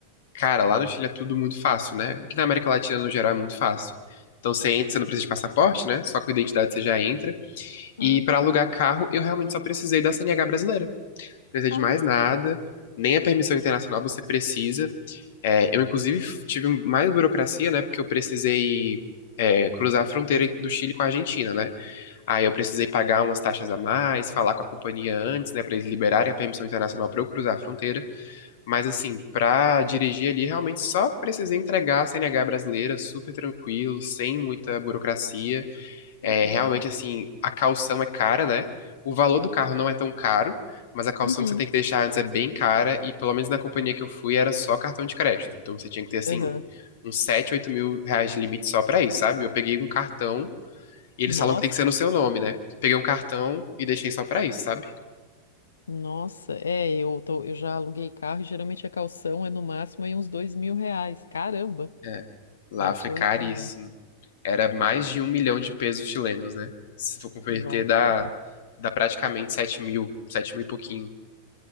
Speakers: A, on the left (about 55°); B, on the left (about 70°).
A: Cara, lá no Chile é tudo muito fácil, né? Aqui na América Latina, no geral, é muito fácil. Então você entra, você não precisa de passaporte, né? Só com identidade você já entra.
B: Ah,
A: E pra alugar carro, eu realmente só precisei da CNH brasileira. Não precisei
B: ah,
A: de mais nada, nem a permissão internacional você precisa. É, eu, inclusive, f- tive mais burocracia, né? Porque eu precisei, é, cruzar a fronteira do Chile com a Argentina, né? Aí eu precisei pagar umas taxas a mais, falar com a companhia antes, né, pra eles liberarem a permissão internacional pra eu cruzar a fronteira. Mas assim, pra dirigir ali, realmente só precisei entregar a CNH brasileira, super tranquilo, sem muita burocracia. É,
B: ah, que
A: realmente
B: legal.
A: assim, a caução é cara, né? O valor do carro não é tão caro, mas a caução
B: Uhum.
A: que você tem que deixar antes é bem cara e pelo menos na companhia que eu fui era só cartão de crédito. Então você tinha que ter assim
B: Aham.
A: uns 7, 8 mil reais de limite só pra isso, sabe? Eu peguei um cartão e eles
B: Nossa.
A: falam que tem que ser no seu nome, né? Peguei um cartão e deixei só pra isso, sabe?
B: Nossa, é, eu, tô- eu já aluguei carro e geralmente a calção é no máximo aí uns dois mil reais. Caramba,
A: É. Lá
B: sete,
A: foi
B: a
A: caríssimo.
B: oito mil.
A: Era mais de um milhão de pesos chilenos, né? Se for converter,
B: Nossa,
A: dá, dá praticamente sete mil, sete mil e pouquinho.